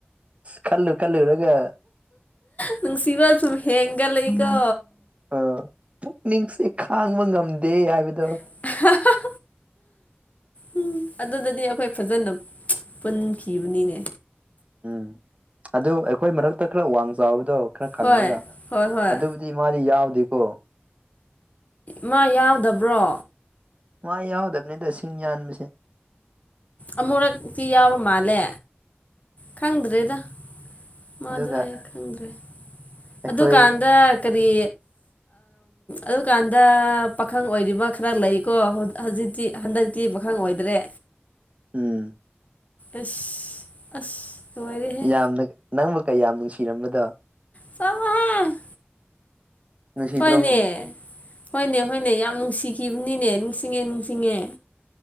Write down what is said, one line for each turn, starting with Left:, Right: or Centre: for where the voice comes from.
Right: ꯀꯜꯂꯨ ꯀꯜꯨꯨꯔꯒ
Left: ꯅꯨꯡꯁꯤꯕ ꯁꯨꯝ ꯍꯦꯡꯒ ꯂꯩꯀꯣ
Right: ꯑ ꯄꯨꯛꯅꯤꯡꯁꯤ ꯈꯥꯡꯕ ꯉꯝꯗꯦ ꯍꯥꯏꯕꯗꯣ
Left: <unintelligible> <unintelligible> ꯎꯝ ꯑꯗꯨꯗꯗꯤ ꯑꯩꯈꯣꯏ ꯐꯖꯅ ꯄꯨꯟꯈꯤꯕꯅꯤꯅꯦ
Right: ꯎꯝ ꯑꯗꯨ ꯑꯩꯈꯣꯏ ꯃꯔꯛꯇ ꯈꯔ ꯋꯥꯡ ꯆꯥꯎꯕꯗꯣ ꯈꯔ ꯀꯪꯉꯒ
Left: ꯍꯣꯏ ꯍꯣꯏ ꯍꯣꯏ
Right: ꯑꯗꯨꯕꯨꯗꯤ ꯃꯥꯗꯤ ꯌꯥꯎꯗꯦꯀꯣ
Left: ꯃꯥ ꯌꯥꯎꯗꯕ꯭ꯔꯣ
Right: ꯃꯥ ꯌꯥꯎꯗꯕꯅꯤꯗ ꯁꯤꯡ ꯌꯥꯟꯕꯁꯦ
Left: ꯑꯃꯨꯔꯛꯇꯤ ꯌꯥꯎꯕ ꯃꯥꯜꯂꯦ ꯈꯪꯗ꯭ꯔꯦꯗ ꯃꯥꯗꯣ
Right: ꯑꯗꯨꯒ
Left: ꯑꯩ ꯈꯪꯗ꯭ꯔꯦ
Right: ꯑꯩꯈꯣꯏ
Left: ꯑꯗꯨꯀꯥꯟꯗ ꯀꯔꯤ ꯑꯗꯨꯀꯥꯟꯗ ꯄꯥꯈꯪ ꯑꯣꯏꯔꯤꯕ ꯈꯔ ꯂꯩꯀꯣ ꯍꯧꯖꯤꯛ ꯍꯧꯖꯤꯛꯇꯤ ꯍꯟꯗꯛꯇꯤ ꯄꯥꯈꯪ ꯑꯣꯏꯗ꯭ꯔꯦ
Right: ꯎꯝ
Left: ꯑꯁ ꯑꯁ ꯂꯣꯏꯔꯦꯍꯦ
Right: ꯑ ꯌꯥꯝꯅ ꯅꯪꯕꯨ ꯀꯩꯌꯥꯝ ꯅꯨꯡꯁꯤꯔꯝꯕꯗꯣ
Left: ꯆꯥꯎꯍꯦ
Right: ꯅꯁꯤꯍꯤꯗ
Left: ꯍꯣꯏꯅꯦ
Right: ꯔꯣꯃꯟ
Left: ꯍꯣꯏꯅꯦ ꯍꯣꯏꯅꯦ ꯌꯥꯝ ꯅꯨꯡꯁꯤꯈꯤꯕꯅꯤꯅꯦ ꯅꯤꯡꯁꯤꯡꯉꯦ ꯅꯤꯡꯁꯤꯡꯉꯦ